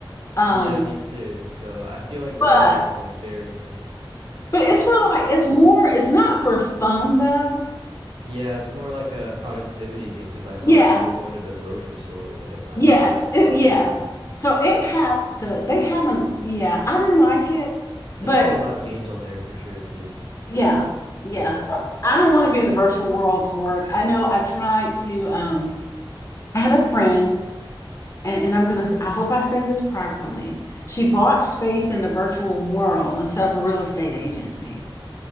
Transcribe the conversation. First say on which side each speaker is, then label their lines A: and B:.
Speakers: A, on the left (about 35°); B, on the right (about 85°).
A: Um,
B: Yeah, me too. So I feel like that
A: but
B: would be like a very nice
A: but
B: kind
A: it's
B: of
A: for like it's more. It's not for fun though.
B: yeah, it's more like a productivity thing because I saw
A: Yes,
B: people going to the grocery store with it and having
A: yes,
B: like a list
A: it, yes.
B: like
A: So it has to, they haven't, yeah, I didn't like it,
B: There's
A: but
B: probably last games on there for sure too, since it's not.
A: yeah, yeah.
B: Yeah.
A: So I don't want to be in the virtual world to work. I know I tried to, um, I had a friend, and, and I'm gonna, I hope I say this properly. She bought space in the virtual world and set up a real estate agency.